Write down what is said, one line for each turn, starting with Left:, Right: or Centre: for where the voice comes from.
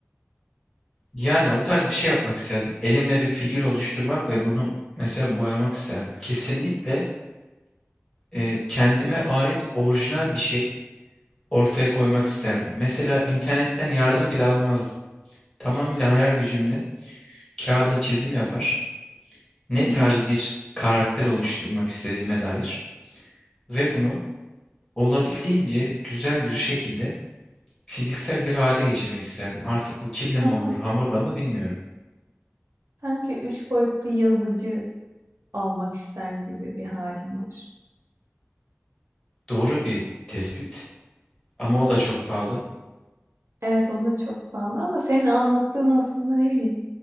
Left: Yani o tarz bir şey yapmak isterdim. Elimle bir figür oluşturmak ve bunu mesela boyamak isterdim. Kesinlikle e, kendime ait orijinal bir şey ortaya koymak isterdim. Mesela internetten yardım bile almazdım. Tamamıyla hayal gücümle kağıda çizim yapar. Ne
Right: Hı hı.
Left: tarz bir karakter oluşturmak istediğime dair ve bunu olabildiğince güzel bir şekilde fiziksel bir hale geçirmek isterdim. Artık bu kille mi
Right: Ama
Left: olur, hamurla mı bilmiyorum.
Right: sanki üç boyutlu yazıcı almak ister gibi bir halin var.
Left: Doğru bir tespit ama o da çok pahalı.
Right: Evet o da çok pahalı ama senin anlattığın aslında ne bileyim